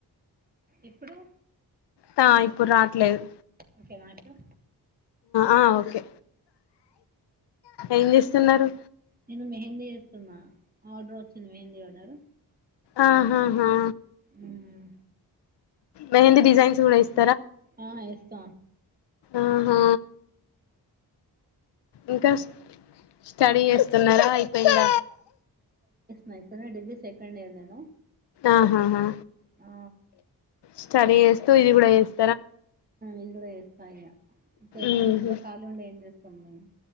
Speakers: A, on the right; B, on the left.
A: ఇప్పుడు
B: తాయి ఇప్పుడు రాట్లేదు
A: ఓకే నా ఇప్పుడు
B: ఆ ఓకే ఏం చేస్తున్నారు
A: నేను మెహందీ చేస్తున్నా ఆర్డర్ వచ్చింది మెహందీ ఆర్డర్
B: ఆహాహా
A: మ్మ్.
B: మెహందీ డిజైన్స్ కూడా ఏస్త
A: ఆ ఎస్ స్త
B: ఆహా ఇంకా స్టడీ చేస్తున్నారా అయిపోయింద
A: మైపుర్ డిగ్రీ సెకండ్ ఇయర్ నేను
B: ఆహాహా
A: ఆ
B: స్టడీ చేస్తూ ఇది కూడా చెస్
A: ఇది కూడా చేస్తాయి ఇగ ఎట్లా
B: ఉహు
A: ఇంట్లో కాలి ఉంది ఏం చేస్తా మ్మ్